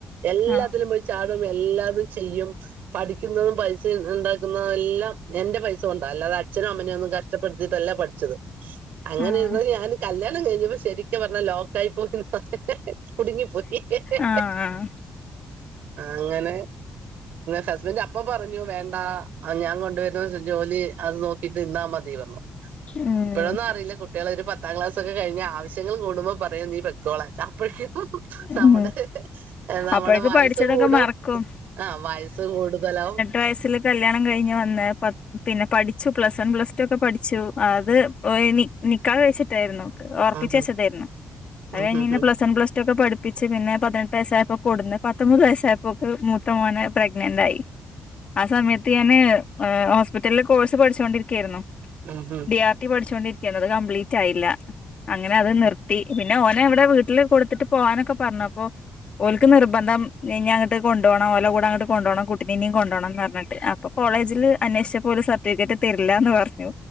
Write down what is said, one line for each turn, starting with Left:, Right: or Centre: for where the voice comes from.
Right: എല്ലാത്തിലും
Left: ആഹ്
Right: പോയി ചാ- <unintelligible> എല്ലാതും ചെയ്യും പഠിക്കുന്നതും പൈസ ഉണ്ടാക്കുന്നതും എല്ലാം എന്റെ പൈസ കൊണ്ട അല്ല ത് അച്ഛനും അമ്മനെന്നും കഷ്ടപ്പെടുത്തിയിട്ടല്ല പഠിച്ചത് അങ്ങനെ
Left: ആഹ്
Right: ഇത് ഞാൻ കല്യാണം കഴിഞ്ഞപൊ ക്കെ പറഞ്ഞല്ലോ ലോക്കായി പോയിഹ് ഹ്‌ ഹ് കുടുങ്ങി പോയിഹിഹി ഹിഹി
Left: ആഹ് ആഹ്
Right: അങ്ങനെ ഹസ്ബൻഡ് അപ്പൊ പറഞ്ഞു വേണ്ട ഞാൻകൊണ്ട - <unintelligible> ജോലി അത് നോക്കിട്ട് നി ന്നാ മതി പറനു
Left: ഉം
Right: ഇപ്പോഴൊന്നും അറിയില്ല കുട്ടികള ഒരു പത്താം ക്ലാസൊക്കെ കഴിഞ്ഞ ആവശ്യങ്ങള് കൂടുമ്പോ പറയും നീ പെക്കോളാൻ അപ്പോഴതീനും ഹ് ഹ്
Left: ഉം
Right: നമ്മുടെ ഹ് ഹ് നമ്മുടെ
Left: അപ്പോഴേക്ക്
Right: വയസ്സ്
Left: പഠിച്ചതൊക്കെ
Right: കൂടും
Left: മറക്കും
Right: ആഹ് വയസ്സ് കൂടുതലാവും
Left: വയസിൽ കല്യാണം കഴിഞ് വന്ന പിന്നെ പടി ച്ചു പ്ലസ് വൺ പ്ലസ് ടു ഒക്കെ പഠിച്ചു അത് ഒ നിക്കാഹ് കഴിച്ചിട്ടായിരുന്നു ഒറപ്പിച്ചു
Right: ഉം
Left: വെച്ചതേയിരുന്നു അത്
Right: ഉം
Left: കഴിഞ്
Right: ഉം
Left: നിന്നേ പ്ലസ്ടു ഒക്കെ പഠിപ്പിച്ച് പിന്നെ പതിനെട്ട് വയസ്സായപ്പോ കൊടുന്ന് പത്തൊമ്പത് വയസ്സായപ്പോക്ക് മൂത്ത മോനെ പ്രെഗ്നന്റ് ആയി ആ സമയത്ത് ഞാന് ഹോസ്പിറ്റലില് കോഴ്സ് പഠിച്ചോണ്ടിരിക്കയായിരുന്നു
Right: ഉം ഉം
Left: ഡി ആർ ടി പഠിച്ചോണ്ടിരിക്കയായിരുന്നുഅത് കംപ്ലീറ്റ് ആയില്ല അങ്ങനെ അത് നിർത്തി പിന്നെ ഓനെ എവിടെ വീട്ടില് കൊടുത്തിട്ട് പോകാനൊക്കെ പറഞ്ഞു അപ്പൊ ഓക്ക് നിർബന്ധം ഇനി അങ്ങട്ട് കൊണ്ട് പോണം ഓല കൂടെ അങ്ങട്ട് കൊ പോണം കുട്ടിനെഇനിയും കൊണ്ട്പോണം എന്ന് പറഞ്ഞിട്ട് ഇപ്പൊ കോളേജില് അന്വേഷിച്ച പോലെ സർട്ടിഫിക്കറ്റ് തരില്ല എന്ന് പറഞ്ഞു